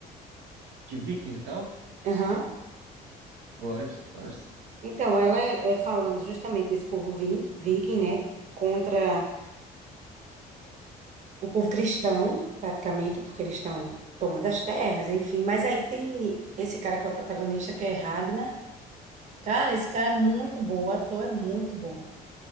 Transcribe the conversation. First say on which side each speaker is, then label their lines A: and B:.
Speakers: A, on the right (about 80°); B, on the right (about 45°).
A: De Vikings e tal?
B: Aham.
A: Gosto, gosto.
B: Então, ela é, é falando justamente desse povo ving- viking, né? Contra o povo cristão, praticamente, porque eles estão tomando as terras, enfim. Mas aí tem esse cara que é o protagonista, que é Ragnar. Cara, esse cara é muito bom, o ator é muito bom